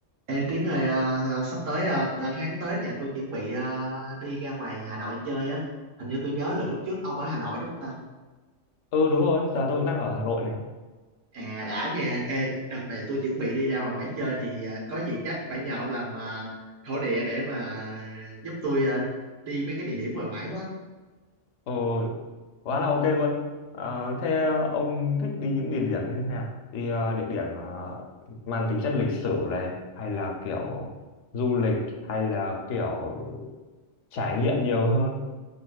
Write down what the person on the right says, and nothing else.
Ê Tiến ơi, à, à, sắp tới à, à, tháng tới nè, tôi chuẩn bị à, đi ra ngoài Hà Nội chơi á. Hình như tôi nhớ là lúc trước ông ở Hà Nội đúng không ta?
À đã nha. Ê, đợt này tôi chuẩn bị đi ra ngoài ngoài chơi thì à, có gì chắc phải nhờ ông làm à, thổ địa để mà giúp tôi à, đi mấy cái địa điểm ngoài ngoài quá.